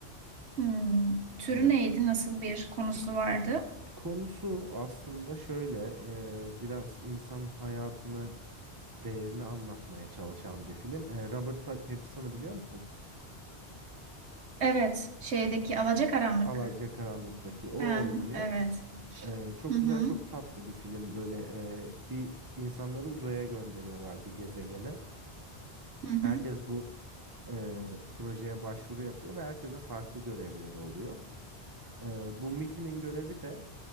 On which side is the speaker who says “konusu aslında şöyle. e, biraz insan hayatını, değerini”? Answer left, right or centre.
Right